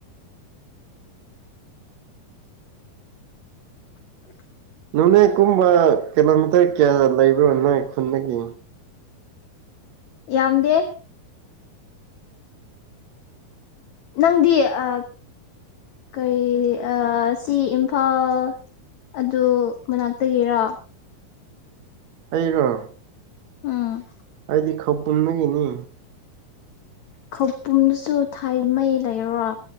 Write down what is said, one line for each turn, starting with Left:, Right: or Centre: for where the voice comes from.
Left: <inaudible>
Right: ꯅꯣꯅꯦ ꯀꯨꯝꯕ ꯀꯤꯂꯣꯃꯤꯇꯔ ꯀꯌꯥ ꯂꯩꯕ꯭ꯔꯣ ꯅꯣꯏ ꯈꯨꯟꯗꯒꯤ
Left: ꯌꯥꯝꯗꯦ ꯅꯪꯗꯤ ꯑꯥ ꯀꯔꯤ ꯑꯥ ꯁꯤ ꯏꯝꯐꯥꯜ ꯑꯗꯨ ꯃꯅꯥꯛꯇꯒꯤꯔ
Right: ꯑꯩꯔꯣ
Left: ꯎꯝ
Right: ꯑꯩꯗꯤ ꯈꯧꯄꯨꯝꯗꯒꯤꯅꯤ
Left: ꯈꯧꯄꯨꯝꯗꯁꯨ ꯊꯥꯏ ꯃꯩ ꯂꯩꯔꯣ